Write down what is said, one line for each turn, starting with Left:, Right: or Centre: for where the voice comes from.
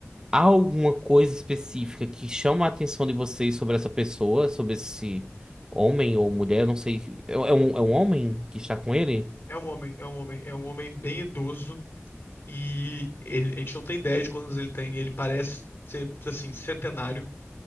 Right: Há alguma coisa específica que chama a atenção de vocês sobre essa pessoa, sobre esse homem ou mulher? Eu não sei. É, é um, é um homem que está com ele?
Left: É um homem, é um homem, é um homem bem idoso e ele- a gente não tem ideia de quantos anos ele tem. Ele parece ser, assim, centenário.